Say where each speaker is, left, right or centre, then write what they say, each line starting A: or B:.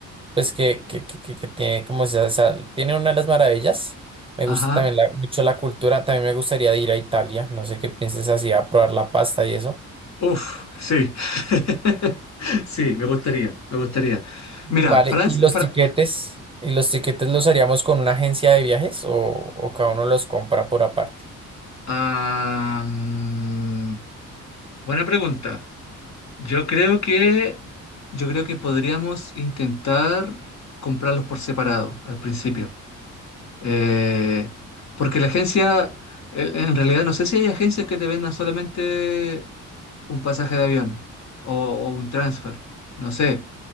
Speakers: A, on the right (about 15°); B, on the left (about 55°).
A: pues que, que, que, que- que tiene como esa, esa- tiene una de las maravillas. Me
B: Ajá.
A: gusta también la- mucho la cultura, también me gustaría ir a Italia, no sé qué pienses así, a probar la pasta y eso.
B: Uf, sí. <laughs> Sí, me gustaría, me gustaría.
A: Vale,
B: Mira, Franz,
A: ¿y los
B: Fra-
A: tiquetes? ¿Y los tiquetes los haríamos con una agencia de viajes o, o cada uno los compra por aparte?
B: Ah, mm, buena pregunta. Yo creo que, yo creo que podríamos intentar comprarlos por separado al principio. Eh, porque la agencia, eh, en realidad no sé si hay agencias que te vendan solamente un pasaje de avión o, o un transfer, no sé.